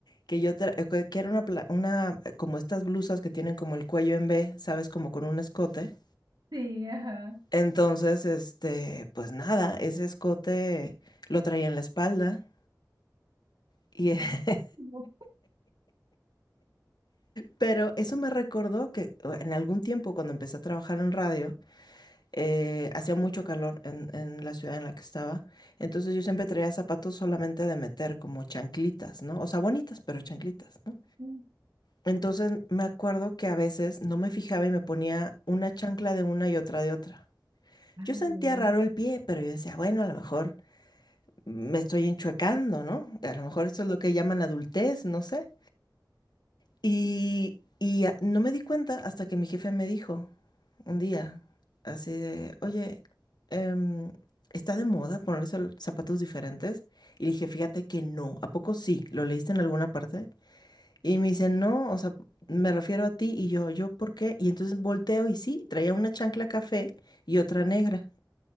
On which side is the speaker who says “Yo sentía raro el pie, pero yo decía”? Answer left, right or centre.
Left